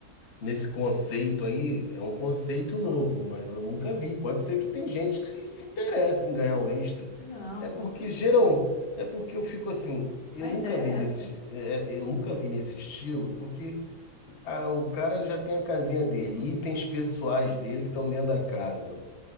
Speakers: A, on the left (about 50°); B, on the left (about 85°).
A: nesse conceito aí, é um conceito novo, mas eu nunca vi. Pode ser que tem gente que se interesse em ganhar o extra.
B: Não,
A: É
B: com
A: porque
B: cer-
A: geral, é porque eu fico assim, eu
B: A
A: nunca
B: ideia
A: vi
B: é
A: nesse,
B: essa.
A: é, é, eu nunca vi nesse estilo, porque ah, o cara já tem a casinha dele, itens pessoais dele que estão dentro da casa.